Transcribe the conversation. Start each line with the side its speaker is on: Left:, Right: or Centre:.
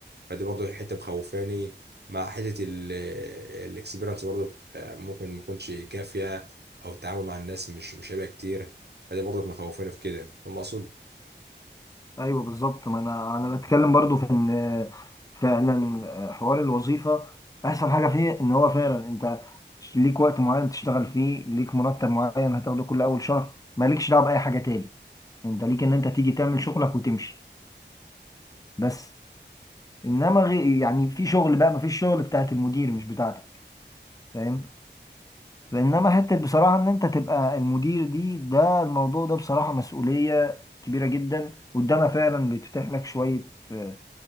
Right: فدي برضو حته مخوفاني مع حته الاكسبيرنس برضو آه، ممكن ما تكونش كافيه او التعامل مع الناس مش مش هيبقى كتير فدي برضو مخوفاني في كده فاهم اقصد
Left: ايوه بالظبط ما انا انا بتكلم برضو في ان آه، فعلا آه، حوار الوظيفة احسن حاجة فيه ان هو فعلا انت ليك وقت معين تشتغل فيه ليك مرتب معين هتاخده كل اول شهر مالكش دعوة بأي حاجة تاني انت ليك ان انت تيجي تعمل شغلك وتمشي بس انما غي... يعني في شغل بقى ما فيش شغل بتاعت المدير مش بتاعتك فاهم انما حته بصراحه ان انت تبقى المدير دي ده الموضوع ده بصراحه مسؤوليه كبيره جدا قدامها فعلا بيتفتح لك شويه آه،